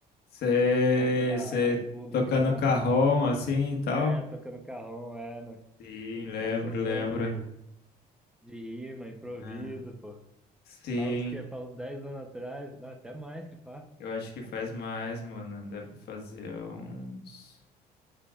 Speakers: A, on the left; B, in the centre.
A: você
B: perto da
A: você
B: a República
A: tocando
B: lá.
A: carrom assim e tal?
B: É, tocando carrom, é, na-
A: Sim, lembro,
B: nas sessões
A: lembro.
B: de, de rima, improviso,
A: Ah,
B: pô.
A: Sim,
B: Faz uns que, faz uns 10 anos atrás, não, até mais que pá.
A: eu acho que faz mais, mano. Deve fazer uns,